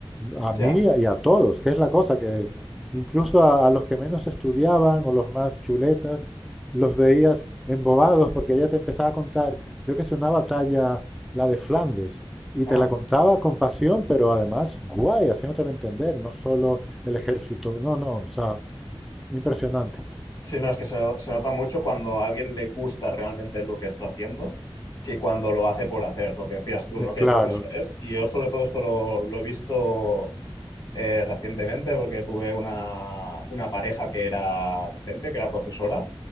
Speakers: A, in the centre; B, on the left.
A: a
B: ya.
A: mí y a todos, que es la cosa que incluso a, a los que menos estudiaban o los más chuletas, los veías embobados porque ella te empezaba a contar, yo que sé, una batalla, la de Flandes, y
B: Ajá.
A: te la contaba con pasión, pero además guay, haciéndotelo entender, no solo el ejército, no, no, o sea, impresionante.
B: Sí, no, es que se, se nota mucho cuando a alguien le gusta realmente lo que está haciendo que cuando lo hace por hacer, lo que decías tú,
A: Eh,
B: ¿no? Que
A: claro,
B: hay profesores, y yo sobre todo esto lo, lo he visto eh, recientemente porque tuve una, una pareja que era docente, que era profesora,